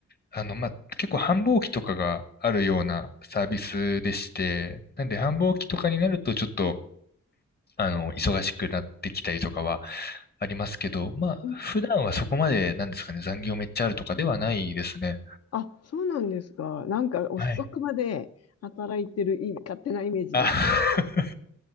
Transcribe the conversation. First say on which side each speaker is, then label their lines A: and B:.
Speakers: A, on the left; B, on the left.
A: あの、まあ、結構繁忙期とかがあるようなサービスでして、なんで繁忙期とかになるとちょっと、あの、忙しくなってきたりとかはありますけど、まあ、
B: うん。
A: 普段はそこまで、なんですかね、残業めっちゃあるとかではないですね。
B: あ、そうなんですか。なんか遅くまで働いてるイメ勝手なイメージですけど。
A: はい。あ <laughs>